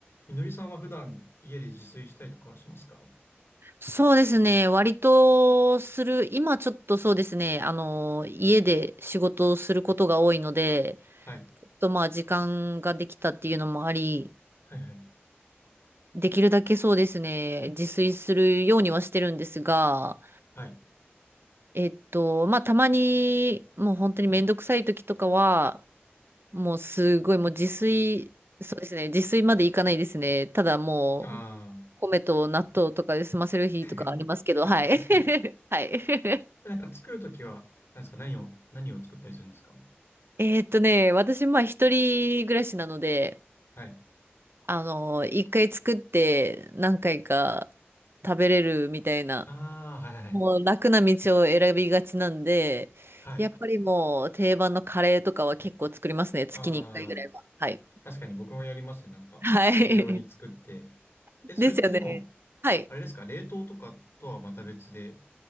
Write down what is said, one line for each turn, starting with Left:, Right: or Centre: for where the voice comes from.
Left: みのりさんは普段家で自炊したりとかしますか
Right: そうですね。割とする、今ちょっとそうですね。あの、家で仕事をすることが多いので、
Left: はい。
Right: ちょっとまあ時間ができたっていうのもあり、
Left: はいはい。
Right: できるだけそうですね、自炊するようにはしてるんですが、
Left: はい。
Right: えっと、まあたまにもう本当にめんどくさい時とかは、もうすごいもう自炊、そうですね、自炊までいかないですね。ただもう、
Left: ああ。
Right: 米と納豆とかで済ませる日とかありますけど、
Left: <laughs>
Right: はい。
Left: 確かに。
Right: <laughs> はい。
Left: なんか作るときは、何ですか何を、何を作ったりするんですか
Right: えーっとね、私、まあ、一人暮らしなので、
Left: はい。
Right: あの、一回作って何回か食べれるみたいな、
Left: ああ、はいはいはい。
Right: もう楽な道を選びがちなんで、
Left: はい。
Right: やっぱりもう定番のカレーとかは結構作りますね。月に一回ぐらいは。
Left: ああ、
Right: はい。
Left: 確かに僕もやりますね。なんか大量に作って。
Right: <laughs> はい。<laughs>
Left: え、それってでも、
Right: ですよね。はい。
Left: あれですか冷凍とかとはまた別で